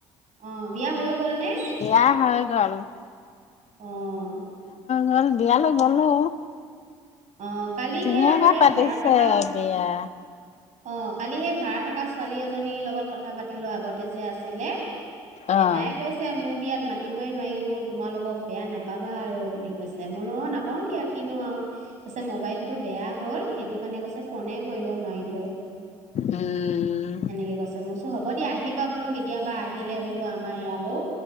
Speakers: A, on the right; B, on the left.
A: অ' বিয়া হৈ গ'ল নে?
B: বিয়া হ ঘাল <unintelligible>
A: অ'
B: হল বিয়ালৈ গ'লো
A: অ কালিহে
B: ধুনীয়াকে
A: আগতে
B: পাতিছে
A: ভাড়া থাকা
B: বিয়া।
A: অ কালি সে ভাড়া থাকা ছোৱালী এজনীৰ লগত কথা পাতি লোৱা আগতে যে আছিলে
B: অ',
A: এটাই কৈছে মোৰ বিয়াত মাতিবই নোৱাৰিলো তোমালোকক বেয়া নাপাবা আৰু বুলি কৈছে মই ল নাপাও দিয়া কিনো আৰু পাৰছত মোবাইলটো বেয়া হ'ল সেইটো কাৰণে কৈছে ফোনে কৰিব নোৱাৰিলো
B: উম,
A: তেনেকে কৈছে মোৰ হ'ব দিয়া আহিবা বোলো কেতিয়াবা আহিলে বোলো আমাৰ ইয়ালৈও